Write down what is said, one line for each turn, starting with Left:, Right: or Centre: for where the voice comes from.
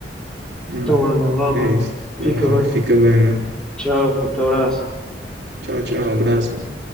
Right: Não,
Centre: Então anda, vá,
Right: é
Centre: mano.
Right: isso. Então,
Centre: Fica
Right: vá,
Centre: bem.
Right: fica bem, mano.
Centre: Tchau, até abraço.
Right: Tchau, tchau, abraço. mano.